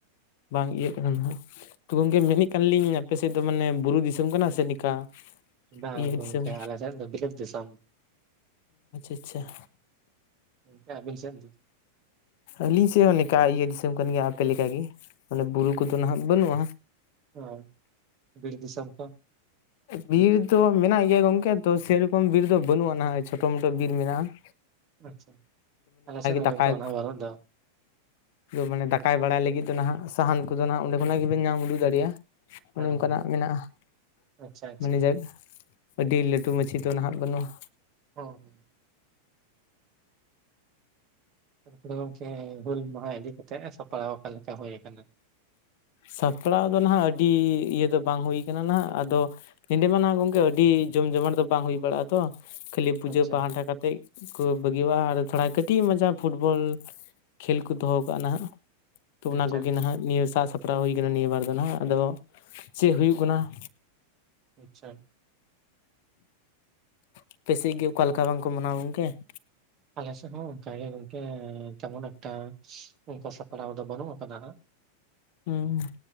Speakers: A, on the left; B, on the right.
A: ᱵᱟᱝ ᱤᱭᱟᱹᱜ ᱠᱟᱱᱟ ᱦᱟᱸᱜ ᱛᱚ ᱜᱚᱝᱠᱮ ᱢᱮᱱᱮᱜ ᱞᱤᱧ ᱟᱯᱮ ᱥᱮᱫ ᱫᱚ ᱢᱟᱱᱮ ᱵᱩᱨᱩ ᱫᱤᱥᱚᱢ ᱠᱟᱱᱟ ᱥᱮ ᱱᱤᱝᱠᱟ
B: ᱵᱟᱝ
A: ᱤᱭᱟᱹ
B: ᱜᱚᱝᱠᱮ
A: ᱫᱤᱥᱚᱢ
B: ᱟᱞᱮ ᱥᱮᱫ ᱫᱚ ᱵᱤᱞᱟᱹᱛ ᱫᱤᱥᱚᱢ
A: ᱟᱪᱷᱟ
B: ᱜᱚᱢᱠᱮ ᱟᱞᱤᱧ ᱥᱮᱱ
A: ᱟᱹᱞᱤᱧ ᱥᱮᱫ ᱦᱚᱸ ᱱᱤᱝᱠᱟ ᱤᱭᱟᱹ ᱫᱤᱥᱚᱢ ᱠᱟᱱ ᱜᱮᱭᱟ ᱟᱯᱮ ᱞᱮᱠᱟᱜᱮ ᱢᱟᱱᱮ ᱵᱩᱨᱩ ᱠᱚᱫᱚ ᱱᱟᱦᱟᱜ ᱵᱟᱹᱱᱩᱜᱼᱟ
B: ᱚ ᱵᱤᱨ ᱫᱤᱥᱚᱢ ᱠᱚ
A: ᱵᱤᱨ ᱫᱚ ᱢᱮᱱᱟᱜ ᱜᱮᱭᱟ ᱜᱚᱝᱠᱮ ᱛᱚ ᱥᱮᱨᱚᱠᱚᱢ ᱵᱤᱨ ᱫᱚ ᱵᱟᱹᱱᱩᱜᱼᱟ ᱱᱟᱦᱟᱜ ᱪᱷᱳᱴᱳ ᱢᱚᱴᱳ ᱵᱤᱨ ᱢᱮᱱᱟᱜᱼᱟ ᱾
B: ᱟᱪᱷᱟ ᱟᱞᱮ ᱥᱮᱫ ᱦᱚᱸ
A: ᱫᱟᱠᱟᱭ
B: ᱜᱚᱢᱠᱮ ᱚᱱᱟ ᱫᱚ ᱵᱟᱱᱩᱜ ᱫᱚ
A: ᱢᱟᱱᱮ ᱫᱟᱠᱟᱭ ᱵᱟᱲᱟᱭ ᱞᱟᱹᱜᱤᱫ ᱫᱚ ᱦᱟᱜ ᱥᱟᱦᱟᱱ ᱠᱚᱫᱚ ᱱᱟᱜ ᱚᱸᱰᱮ ᱠᱷᱚᱱᱟᱜ ᱜᱮᱵᱮᱱ ᱧᱟᱢ ᱩᱰᱩ ᱫᱟᱲᱮᱭᱟᱜᱼᱟ ᱾
B: ᱦᱮᱸ
A: ᱚᱱᱮ ᱚᱱᱠᱟᱱᱟᱜ ᱢᱮᱱᱟᱜᱼᱟ ᱾
B: ᱟᱪᱪᱷᱟ ᱟᱪᱪᱷᱟ
A: ᱢᱟᱱᱮ ᱡᱟ ᱟᱹᱰᱤ ᱞᱟᱹᱴᱩ ᱢᱟᱺᱡᱷᱤ ᱫᱚ ᱱᱟᱦᱟᱜ ᱵᱟᱹᱱᱩᱜᱼᱟ
B: ᱦᱚᱸ, ᱦᱩᱸ ᱛᱟᱨᱯᱚᱨᱮ ᱜᱚᱝᱠᱮ ᱦᱩᱞ ᱢᱟᱦᱟ ᱤᱫᱤ ᱠᱟᱛᱮᱜ ᱥᱟᱯᱲᱟᱣ ᱚᱠᱟᱞᱮᱠᱟ ᱦᱩᱭ ᱟᱠᱟᱱᱟ
A: ᱥᱟᱯᱲᱟᱣ ᱫᱚ ᱱᱟᱦᱟᱜ ᱟᱹᱰᱤ ᱤᱭᱟᱹ ᱫᱚ ᱵᱟᱝ ᱦᱩᱭ ᱠᱟᱱᱟ ᱱᱟᱜ ᱟᱫᱚ ᱾ ᱱᱚᱸᱰᱮ ᱢᱟ ᱦᱟᱜ ᱜᱚᱢᱠᱮ ᱟᱹᱰᱤ ᱡᱚᱢ ᱡᱚᱢᱟ ᱫᱚ ᱵᱟᱝ ᱦᱩᱭ ᱵᱟᱲᱟᱜᱼᱟ ᱛᱚ ᱠᱷᱟᱹᱞᱤ ᱯᱩᱡᱟᱹ
B: ᱟᱪᱪᱷᱟ
A: ᱯᱟᱦᱴᱟ ᱠᱟᱛᱮ ᱛᱮᱫ ᱠᱚ ᱵᱟᱹᱜᱤᱼᱟ ᱟᱨ ᱛᱷᱚᱲᱟ ᱠᱟᱹᱴᱤᱡ ᱢᱚᱡᱟ ᱯᱷᱩᱴᱵᱚᱞ ᱠᱷᱮᱞ ᱠᱚ ᱫᱚᱦᱚ ᱠᱟᱜᱼᱟ ᱱᱟᱦᱟᱜ ᱛᱚ ᱚᱱᱟ
B: ᱟᱪᱪᱷᱟ
A: ᱠᱚᱜᱮ
B: ᱟᱪᱪᱷᱟ
A: ᱱᱟᱦᱟᱜ ᱱᱤᱭᱟᱹ ᱥᱟᱡᱽ ᱥᱟᱯᱲᱟᱣ ᱦᱩᱭ ᱠᱟᱱᱟ ᱱᱤᱭᱟᱹ ᱵᱟᱨ ᱫᱚ ᱦᱟᱜ ᱟᱫᱚ ᱪᱮᱫ ᱦᱩᱭᱩᱜ ᱠᱟᱱᱟ ᱾
B: ᱟᱪᱷᱟ
A: ᱟᱯᱮ ᱥᱮᱫ ᱜᱮ ᱚᱠᱟᱞᱮᱠᱟ ᱵᱟᱝᱠᱚ ᱢᱟᱱᱟᱣ ᱜᱚᱝᱠᱮ ᱾
B: ᱟᱞᱮ ᱥᱮᱫ ᱦᱚᱸ ᱚᱱᱠᱟᱜ ᱜᱮ ᱜᱚᱝᱠᱮ ᱛᱮᱢᱚᱱ ᱮᱠᱴᱟ ᱚᱱᱠᱟ ᱥᱟᱯᱲᱟᱣ ᱫᱚ ᱵᱟᱹᱱᱩᱜ ᱟᱠᱟᱫᱟ ᱦᱟᱸᱜ
A: ᱦᱩᱸ